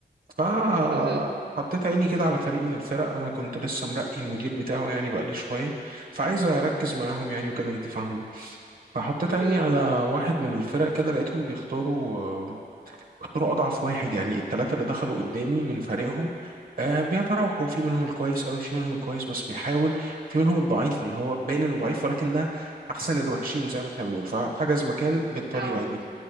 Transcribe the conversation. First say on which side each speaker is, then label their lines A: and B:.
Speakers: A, on the right (about 60°); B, on the right (about 75°).
A: فحطيت
B: مهم.
A: عيني كده على فريق من الفرق انا كنت لسه مرقي المدير بتاعه يعني بقالي شويه فعايز اركز معاهم يعني وكده انت فاهمه فحطيت عيني
B: مم.
A: على واحد من الفرق كده لقيتهم بيختاروا اختاروا اضعف واحد يعني الثلاثه اللي دخلوا قدامي من فريقهم آه بيتراوحوا في منهم الكويس قوي في منهم الكويس بس بيحاول في منهم الضعيف اللي هو باين انه ضعيف ولكن ده احسن الوحشين زي ما احنا بنقول فحجز مكان بالطريقه
B: اه
A: دي